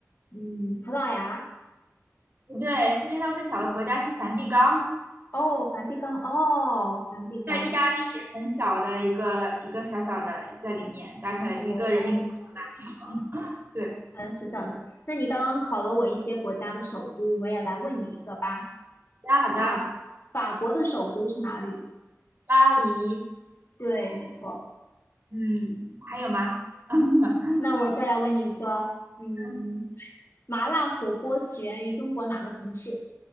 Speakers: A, on the left; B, on the right.
A: 嗯，葡萄牙。
B: 不对，世界上最小的国家是梵蒂冈。
A: 哦，梵蒂冈，哦，梵蒂冈，
B: 在意大利也很小的一个一个小小的在里面，大概一个人民广场大小。
A: 哦，
B: <laughs> 对，
A: 嗯，是这样子。那你刚刚考了我一些国家的首都，我也来问你一个吧。
B: 好的好的，
A: 法法国的首都是哪里？
B: 巴黎，
A: 对，没错。
B: 嗯，还有吗？<laughs>
A: 那我再来问你一个，嗯，
B: 嗯。
A: 麻辣火锅起源于中国哪个城市？